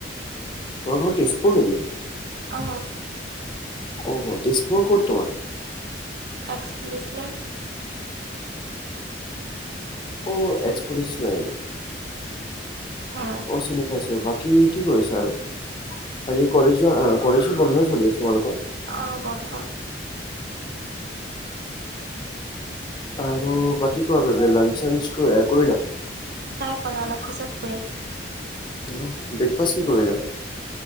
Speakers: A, on the left; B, on the right.
A: তোমাৰ ঘৰ তেজপুৰ নেকি?
B: অ।
A: অহ তেজপুৰৰ ক'ত তোমাৰ?
B: এক্স প্ৰেছ লাই
A: অ এক্সপ্ৰেছ নাই।
B: হ
A: অ চিনি পাইছো, বাকী কি কৰিছা আৰু? আজি কলেজোৱা কলেজো বন্ধই চলি আছে তোমালোকৰ?
B: অ বন্ধ।
A: আৰু বাকী কোৱা লা লা লাঞ্চ - চাঞ্চ ক কৰিলা?
B: নাই কৰা অলপ পিছত কৰিম।
A: অ ব্ৰেকফাষ্ট কি কৰিলা?